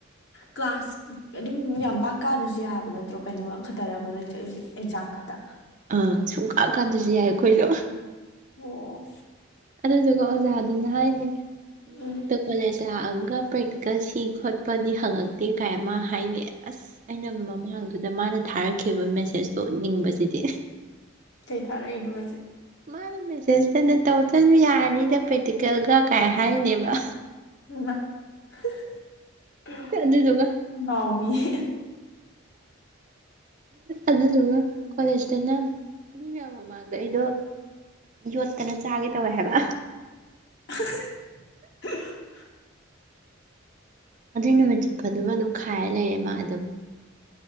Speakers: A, on the left; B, on the right.
A: ꯀ꯭ꯂꯥꯁ ꯑꯗꯨꯝ ꯌꯥꯝ ꯄꯥꯛ ꯀꯥꯅꯁꯨ ꯌꯥꯕ ꯅꯠꯇ꯭ꯔꯣ ꯀꯩꯅꯣ ꯈꯠꯇꯔꯕ ꯅꯣꯏ ꯑꯦꯛꯖꯥꯝ ꯈꯛꯇ
B: ꯑꯥ ꯁꯨꯡꯀꯥꯟ ꯀꯥꯗꯁꯨ ꯌꯥꯏ ꯑꯩꯈꯣꯏꯗꯣ
A: ꯑꯣ
B: ꯑꯗꯨꯗꯨꯒ ꯑꯣꯖꯥꯗꯨꯅ ꯍꯥꯏꯅꯦ ꯅꯣꯡꯇ
A: ꯎꯝ
B: ꯀꯣꯂꯦꯖ ꯂꯥꯛꯑꯒ ꯄ꯭ꯔꯦꯛꯇꯤꯀꯦꯜ ꯁꯤ ꯈꯣꯠꯄꯗꯤ ꯍꯪꯉꯛꯇꯦ ꯀꯥꯏ ꯑꯃ ꯍꯥꯏꯅꯩ ꯑꯁ ꯑꯩꯅ ꯃꯃꯥꯡꯗꯨꯗ ꯃꯥꯅ ꯊꯥꯔꯛꯈꯤꯕ ꯃꯦꯁꯦꯁꯇꯣ ꯎꯠꯅꯤꯡꯕꯁꯤꯗꯤ
A: ꯆꯩ ꯊꯥꯔꯛꯏꯅꯣ ꯃꯁꯦ
B: ꯃꯥꯅ ꯃꯦꯁꯦꯁꯇꯅ ꯇꯧ ꯆꯠꯁꯨ ꯌꯥꯔꯅꯤꯗ ꯄ꯭ꯔꯦꯛꯇꯤꯀꯦꯜꯒ ꯀꯥꯏ ꯍꯥꯏꯔꯤꯅꯦꯕ
A: <unintelligible>
B: ꯑꯗꯨꯗꯨꯒ ꯑꯗꯨꯗꯨꯒ ꯀꯣꯂꯦꯖꯇꯅ ꯃꯌꯥꯝ ꯃꯃꯥꯡꯗ ꯑꯩꯗꯣ ꯌꯣꯠꯇꯅ ꯆꯥꯒꯦ ꯇꯧꯋꯦ ꯍꯥꯏꯕ
A: <unintelligible>
B: ꯑꯗꯨꯏ ꯅꯨꯃꯤꯠ ꯆꯨꯞꯄ ꯑꯗꯨꯝ ꯑꯗꯨꯝ ꯈꯥꯏꯔ ꯂꯩꯔꯦ ꯃꯥ ꯑꯗꯨꯝ